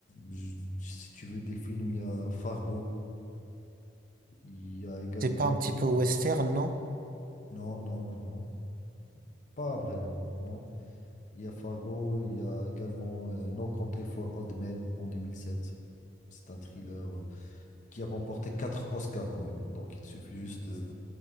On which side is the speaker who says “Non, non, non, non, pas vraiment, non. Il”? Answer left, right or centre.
Left